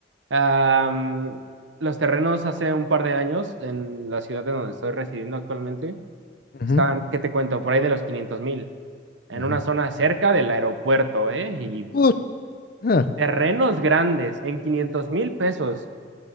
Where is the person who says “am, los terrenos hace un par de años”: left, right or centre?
Right